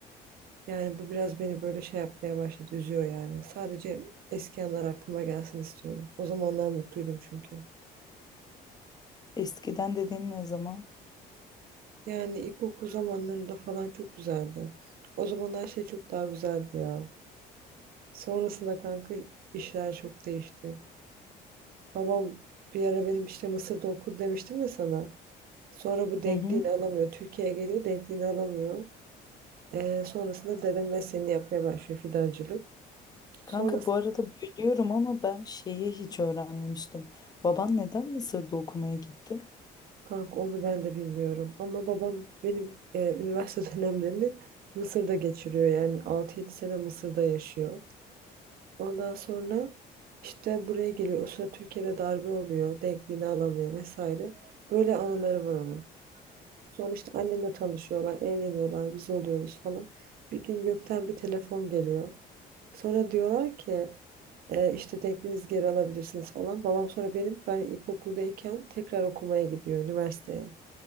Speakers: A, on the right (about 60°); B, on the left (about 25°).
A: Yani bu biraz beni böyle şey yapmaya başladı. Üzüyor yani. Sadece eski anlar aklıma gelsin istiyorum. O zamanlar mutluydum çünkü.
B: Eskiden dediğin ne zaman?
A: Yani ilkokul zamanlarında falan çok güzeldi. O zaman her şey çok daha güzeldi ya. Sonrasında kanka işler çok değişti. Babam bir ara benim işte Mısır'da okur demiştim ya sana. Sonra bu denkliğini
B: Hı hı.
A: alamıyor. Türkiye'ye geliyor denkliğini alamıyor. Ee, sonrasında dedem mesleğini yapmaya başlıyor fidancılık.
B: Kanka
A: Sonrasında
B: bu arada bölüyorum ama ben şeyi hiç öğrenmemiştim. Baban neden Mısır'da okumaya gitti?
A: Kanka onu ben de bilmiyorum. Ama babam benim e, üniversite <laughs> dönemlerini Mısır'da geçiriyor. Yani altı yedi sene Mısır'da yaşıyor. Ondan sonra işte buraya geliyor. O sırada Türkiye'de darbe oluyor. Denkliğini alamıyor vesaire. Böyle anıları var onun. Sonra işte annemle tanışıyorlar, evleniyorlar, biz oluyoruz falan. Bir gün gökten bir telefon geliyor. Sonra diyorlar ki e, işte denkliğinizi geri alabilirsiniz falan. Babam sonra benim ben ilkokuldayken tekrar okumaya gidiyor üniversiteye.